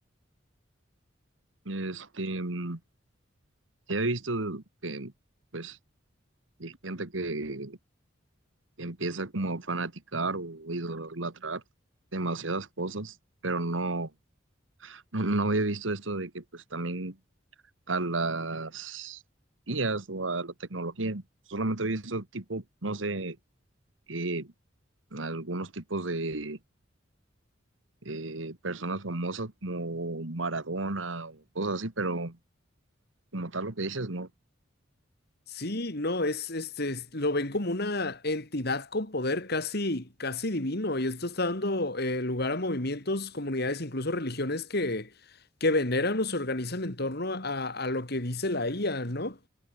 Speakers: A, on the right (about 85°); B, on the left (about 55°).
A: Este, mm, sí he visto que, pues, hay gente que empieza como a fanaticar o idolatrar demasiadas cosas, pero no, no, no había visto esto de que, pues, también a las IAs o a la tecnología, solamente he visto tipo, no sé, eh, algunos tipos de eh, personas famosas como Maradona o cosas así, pero... como tal lo que dices, no.
B: Sí, no, es este, es- lo ven como una entidad con poder casi, casi divino y esto está dando eh, lugar a movimientos, comunidades, incluso religiones que, que veneran o se organizan en torno a, a lo que dice la IA, ¿no?